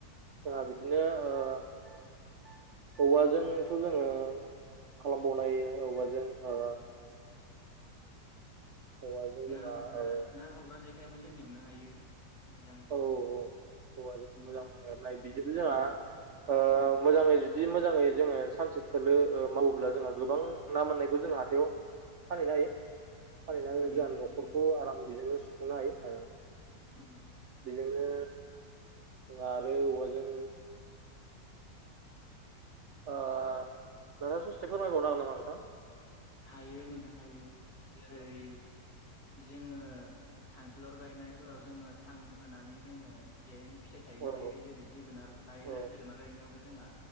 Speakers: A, on the right; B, on the left.
A: जोंहा बिदिनो ओ औवाजोंथ' जोङो खालामबावनो हायो औवाजों ओ औवाजों जोंहा
B: ना गुरग्रा
A: ओ
B: ना गुरग्रा जेखायबो जों हेबनो हायो मोजांनो।
A: औ औवाजों
B: उम
A: मोजां एरनाय बिदिबो जोंहा
B: उम
A: ओ मोजाङै जुदि मोजाङै जोङो सानसे थोलो ओ मावोब्ला जोंहा गोबां ना मोननायखौ जों हाथायाव फानहैनो हायो। फानहैनानै
B: हायो
A: जोंहा
B: नोंथां
A: न'खरखौ
B: हायो
A: आराम बेजोंनो खुंनो हायो ओ
B: उम
A: बेजोंनो जोंहा आरो औवाजों ओ नोंथाङा ससे फोरमायबावनो हागोन नामा नोंथां?
B: हायो नोंथां हायो जेरै-
A: औ
B: जोङो खांखिलर गायनायफोराव जोङो सां होनानै जोङो बेहायनो फिथाइ थायहोनो
A: औ
B: हायो। जेरै जोगोनार गायोना
A: औ
B: जोगोनार गायनायावबो जोंहा